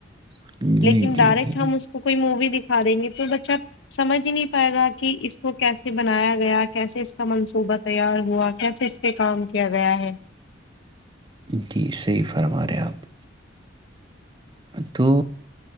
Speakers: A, on the right; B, on the left.
A: ہیں جی
B: لیکن
A: جی
B: ڈائریکٹ
A: جی
B: ہم
A: جی
B: اس کو کوئی مووی دکھا دیں گے تو بچ اچھا سمجنی پائے گا کہ اس کو کیسے بنایا گیا کیسے اس کا منصوبہ تیار ہوا کیسے اس پہ کام کیا گیا ہے
A: جی صحیح فرما رہے آپ تو